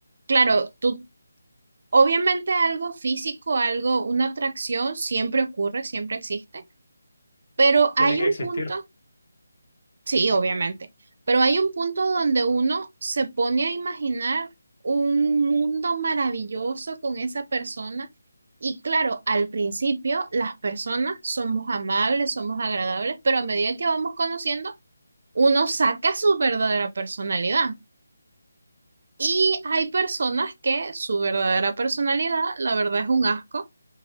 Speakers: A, on the right (about 55°); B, on the left (about 50°).
A: claro, tú, obviamente algo físico, algo, una atracción siempre ocurre, siempre existe, pero hay
B: Tiene que
A: un
B: existir.
A: punto Sí, obviamente. Pero hay un punto donde uno se pone a imaginar un mundo maravilloso con esa persona. Y claro, al principio las personas somos amables, somos agradables, pero a medida que vamos conociendo, uno saca su verdadera personalidad. Y hay personas que su verdadera personalidad, la verdad, es un asco